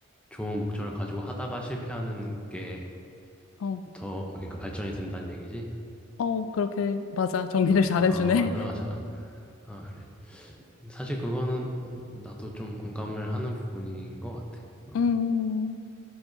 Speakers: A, in the centre; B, on the left.
A: 좋은 목적을 가지고 하다가 실패하는 게
B: 어,
A: 더, 그러니까 발전이 된다는 얘기지.
B: 어, 그렇게 맞아 정리를
A: 어,
B: 잘해주네.
A: 아, 아, 맞아. 맞아. 아, 그래. 사실 그거는 나도 좀 공감을 하는 부분인 것 같아.
B: <laughs>
A: 어,
B: 음,